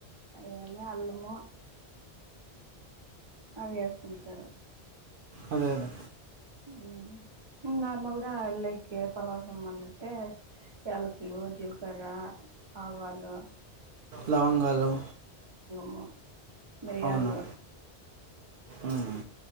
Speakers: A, on the right; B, on the right.
A: ఏమి అల్లము అవి వేసుకుంటారు.
B: అదే అదే
A: మ్మ్ మ్ నార్మల్గా ఆల్లేకి పలావసంబంధింటే యాలకులు, జీలకర్ర, ఆవాలు,
B: లవంగాలు
A: మో మిరియాల్లు
B: అవును ఉమ్,